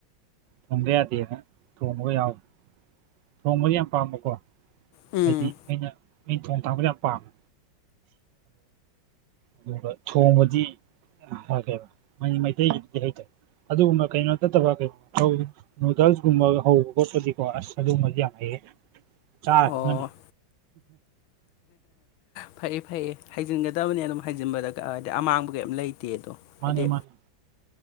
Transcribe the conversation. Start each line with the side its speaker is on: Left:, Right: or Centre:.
Right: ꯊꯣꯡꯕ ꯌꯥꯗꯦꯅ ꯊꯣꯡꯕꯒ ꯌꯥꯎꯋꯤ ꯊꯣꯡꯕꯗꯤ ꯌꯥꯝ ꯄꯥꯝꯕꯀꯣ
Left: ꯎꯝ
Right: ꯍꯥꯏꯗꯤ ꯑꯩꯅ ꯑ ꯊꯣꯡ ꯊꯥꯛꯕꯗ ꯌꯥꯝ ꯄꯥꯝꯃꯦ ꯑꯗꯨꯒ ꯊꯣꯡꯕꯗꯤ ꯍꯥꯏꯈ꯭ꯔꯦꯕ ꯃꯩꯇꯩꯒꯤꯗꯨꯗꯤ ꯍꯥꯏꯇꯥꯔꯦ ꯑꯗꯨꯒꯨꯝꯕ ꯀꯩꯅꯣ ꯅꯠꯇꯕ ꯀ ꯅꯨꯗꯜꯁꯀꯨꯝꯕ ꯍꯧꯕ ꯈꯣꯠꯄꯗꯤꯀꯣ ꯑꯁ ꯑꯗꯨꯒꯨꯝꯕꯗꯤ ꯌꯥꯝ ꯍꯩꯌꯦ ꯆꯔꯥ
Left: ꯑꯣ
Right: ꯈꯪꯅꯤ
Left: ꯐꯩꯌꯦ ꯐꯩꯌꯦ ꯍꯥꯏꯖꯤꯟꯒꯗꯕꯅꯤ ꯑꯗꯨꯝ ꯍꯥꯏꯖꯤꯟꯕꯗ ꯍꯥꯏꯗꯤ ꯑꯃꯥꯡꯕ ꯀꯩꯝ ꯂꯩꯇꯦꯗꯣ
Right: ꯃꯥꯅꯦ
Left: ꯍꯥꯏꯗꯤ
Right: ꯃꯥꯅꯦ